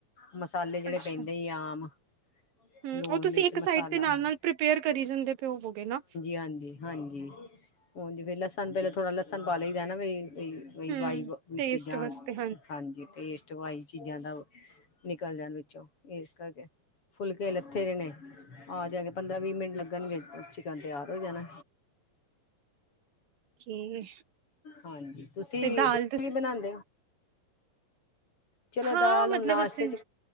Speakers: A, on the left; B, on the right.
A: ਮਸਾਲੇ ਜਿਹੜੇ
B: ਅੱਛਾ।
A: ਪੈਂਦੇ ਈ ਐ, ਆਮ।
B: ਹੂੰ,
A: ਲੂਣ,
B: ਉਹ ਤੁਸੀਂ
A: ਮਿਰਚ,
B: ਇੱਕ
A: ਮਸਾਲਾ
B: ਸਾਈਡ ਤੇ ਨਾਲ-ਨਾਲ
A: ਹਾਂਜੀ,
B: ਪ੍ਰੀਪੇਅਰ ਕਰੀ ਜਾਂਦੇ ਪਏ ਹੋਵੋਗੇ ਨਾ।
A: ਹਾਂਜੀ। ਹਾਂਜੀ, ਹੁਣ ਜ ਫਿਰ, ਲਸਣ ਪਹਿਲਾਂ ਥੋੜਾ ਲਸਣ ਪਾ ਲਈਦਾ ਨਾ, ਵੀਈ
B: ਹੂੰ,
A: ਵਾਈ
B: ਟੇਸਟ
A: ਚੀਜ਼ਾਂ
B: ਵਾਸਤੇ
A: ਹਾਂਜੀ, ਟੇਸਟ ਵਾਇਜ਼ ਚੀਜ਼ਾਂ ਦਾ। ਨਿਕਲ ਜਾਣ ਵਿੱਚੋਂ, ਇਸ ਕਰਕੇ ਫੁਲਕੇ ਲੱਥੇ ਏ ਨੇ। ਆ ਜਾਏਗਾ, ਪੰਦਰਾਂ- ਵੀਹ ਮਿੰਟ ਲੱਗਣਗੇ, ਚਿਕਨ ਤਿਆਰ ਹੋ ਜਾਣਾ।
B: ਓਕੇ
A: ਹਾਂਜੀ। ਤੁਸੀਂ
B: ਤੇ ਦਾਲ
A: - ਤੁਸੀਂ ਵੀ ਬਣਾਉਦੇ। ਚਲੋ,
B: ਹਾਂ
A: ਦਾਲ
B: ਮਤਲਬ
A: ਹੁਣ ਨਾਸ਼ਤੇ
B: ਅਸੀਂ
A: ਚ